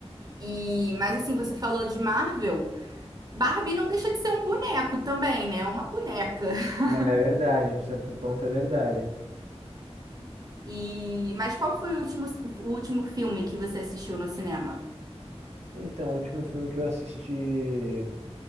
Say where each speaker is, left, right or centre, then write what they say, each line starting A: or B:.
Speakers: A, on the right; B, on the right.
A: E, mas assim, você falou de Marvel. Barbie não deixa de ser um boneco também, né? É uma boneca. <laughs>
B: É verdade, por certo ponto é verdade.
A: E, mas qual foi o último, o último filme que você assistiu no cinema?
B: Então, o último filme que eu assisti